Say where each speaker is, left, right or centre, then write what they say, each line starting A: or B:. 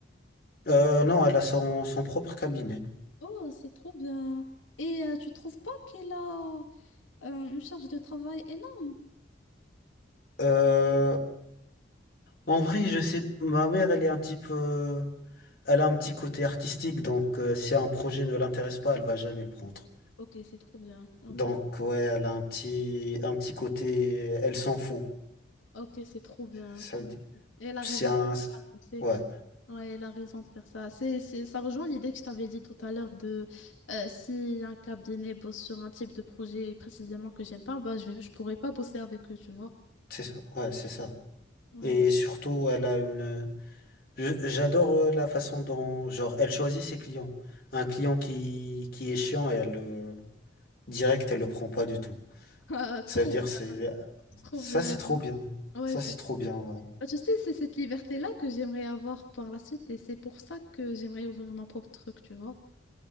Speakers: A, on the left; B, on the left.
A: Euh, non, elle a son, son propre cabinet.
B: Oh, c'est trop bien. Et euh, tu trouves pas qu'elle a euh, une charge de travail énorme?
A: Euh, en vrai, je sais, ma mère, elle est un petit peu, elle a un petit côté artistique, donc euh, si un projet ne l'intéresse pas, elle va jamais le prendre.
B: Ok, c'est trop bien. Ok,
A: Donc ouais, elle a un petit, un petit côté, elle s'en fout.
B: ok, c'est trop bien.
A: Ça
B: Ouais.
A: veut dire,
B: Et elle a
A: c'est
B: raison
A: un,
B: de faire ça, tu sais.
A: ouais.
B: Ouais, elle a raison de faire ça. C'est, c'est, ça rejoint l'idée que je t'avais dit tout à l'heure de euh, si un cabinet bosse sur un type de projet précisément que j'aime pas, bah je, vais- je pourrais pas bosser avec eux, tu vois.
A: C'est ça, ouais, c'est ça.
B: Ouais,
A: Et surtout, elle a une. je- J'adore euh, la façon dont, genre, elle choisit ses clients. Un client qui, qui est chiant, elle le direct, elle le prend pas du tout.
B: <laughs> Ah,
A: Ça
B: trop,
A: veut dire, c'est
B: trop
A: ça,
B: bien.
A: c'est trop bien.
B: Ouais,
A: Ça,
B: c'est
A: c'est trop
B: trop
A: bien.
B: bien.
A: ouais.
B: Bah, Tu sais, c'est cette liberté-là que j'aimerais avoir par la suite et c'est pour ça que j'aimerais ouvrir mon propre truc, tu vois.